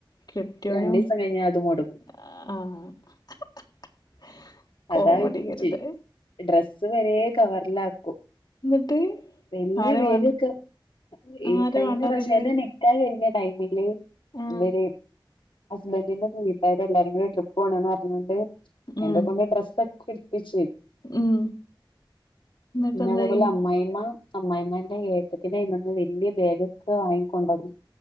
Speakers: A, on the left; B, on the left.
A: കെട്ടിയോനും
B: രണ്ടു ദിവസം കഴിഞ്ഞാ അത് മുടങ്ങും.
A: ആഹ് കോമഡി
B: അതാ വിറ്റ്
A: കരുത്
B: ഡ്രസ്സ് വരെ കവറില് ആക്കും.
A: എന്നിട്ട്
B: വലിയ
A: ആരെ
B: വേദിയൊക്കെ
A: വേ
B: ഈ
A: ആരെ
B: കഴിഞ്ഞ
A: വേണ്ടാറില്ലേ
B: പ്രാവശ്യം അതന്നെ നികാഹ് കഴിഞ്ഞ ടൈമില്
A: ആഹ്
B: ഇവര് ഹസ്ബൻഡറിന്റെ വീട്ടാര് എല്ലാരും ട്രിപ്പ് പോകണംന്ന് പറഞ്ഞുക്കാണ്ട്
A: ഉം
B: പുതെ ഡ്രസ് ഒക്കെ ഇടപ്പിച്
A: ഉം എന്നിട്ട്
B: പിന്നെ
A: എന്തായി
B: അതേപോലെ അമ്മായിമ്മ അമ്മായിമ്മന്റെ ഏട്ടത്തിന്റെ കയ്മെന്ന് വല്യ ബാഗൊക്കെ വാങ്ങിക്കൊണ്ടന്ന്